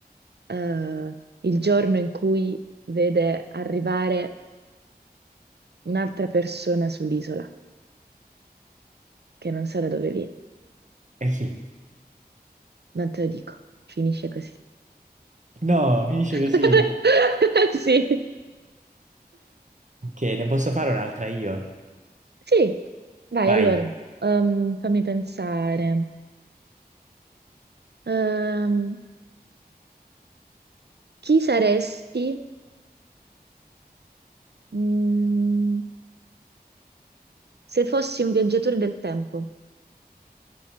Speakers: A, on the right; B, on the right.
A: eh, il giorno in cui vede arrivare un'altra persona sull'isola, che non sa da dove viene,
B: e chi?
A: non te lo dico, finisce così.
B: No, finisce
A: <laughs>
B: così.
A: Sì,
B: Ok, ne posso fare un'altra io?
A: sì, vai
B: Vai,
A: allora, ehm, fammi pensare. Ehm, chi saresti, mm, se fossi un viaggiatore del tempo?